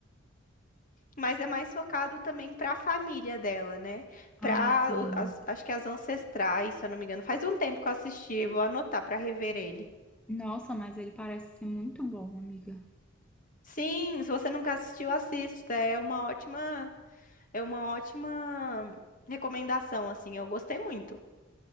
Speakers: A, on the left; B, in the centre.
A: mas é mais focado também para a família dela, né?
B: Ah,
A: Para
B: sim.
A: acho que as ancestrais, se eu não me engano. Faz um tempo que eu assisti, eu vou anotar para rever ele.
B: Nossa, mas ele parece ser muito bom, amiga.
A: Sim, se você nunca assistiu, assista. É uma ótima. É uma ótima recomendação, assim. Eu gostei muito.